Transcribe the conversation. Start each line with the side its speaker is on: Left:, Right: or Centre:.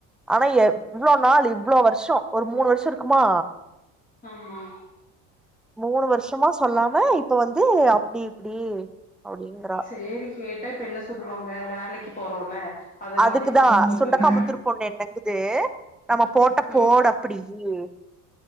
Centre: ஆனா எ இவ்ளோ நாள் இவ்ளோ வர்ஷோ ஒரு மூணு வர்ஷோ இருக்குமா
Left: ஆமா
Centre: மூணு வர்ஷமா சொல்லாம இப்ப வந்து அப்டி இப்டி அப்டீங்றா
Left: சேரி கேட்டா இப்ப என்ன சொல்லுவாங்க வேலைக்கு போறோல அதனால
Centre: அதுக்குதா
Left: இப்பல்லா சொல்லுவே
Centre: சுண்டக்காமுத்தூர் பொண்ணு என்னங்குது நம்ம போட்ட
Left: ம்
Centre: போட ப்பிடி இயே